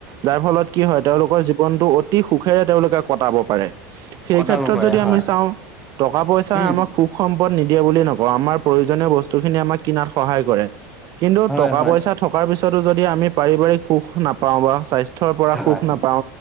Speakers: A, on the right (about 45°); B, in the centre.
A: যাৰ ফলত কি হয় তেওঁলোকৰ জীৱনতটো অতি সুখেৰে তেওঁলোকে কটাব পাৰে সেই
B: কটাব
A: ক্ষেত্ৰত
B: পাৰে
A: যদি
B: হয়
A: চাও টকা পইচাৰ
B: উম
A: আমাক সুখ সম্পদ নিদিয়ে বুলিয়ে নকও আমাৰ প্ৰয়োজন বস্তু খিনি আমাৰ কিনা সহায় কিন্তু
B: হয়
A: টকা
B: হয়
A: পইচা থ পিছত যদি আমি পাৰিবাৰিক সুখ নাপাও বা স্বাস্থ্যৰ পৰা সুখ
B: হয়
A: নাপাও